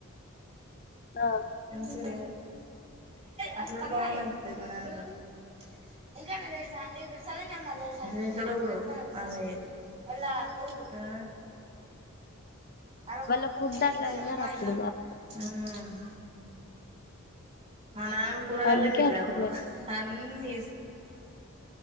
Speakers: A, on the left; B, on the right.
A: ఆ
B: సర అట్లుంటే బావునని పిస్తది మా నానమ్మ <unintelligible> కొడుకు ఆ అలా
A: వాళ్ళ
B: కొడుకుకి
A: ఫుడ్ అట్లా
B: ఇద్దారు
A: తినరు
B: అమ్మాయిలు
A: అప్పుడు మరి
B: ఆమ్ ఆ నానమ్ కూరగాయలే
A: అందుకే
B: దిన్లేప్పుడు
A: అట్లున్నది
B: అన్ని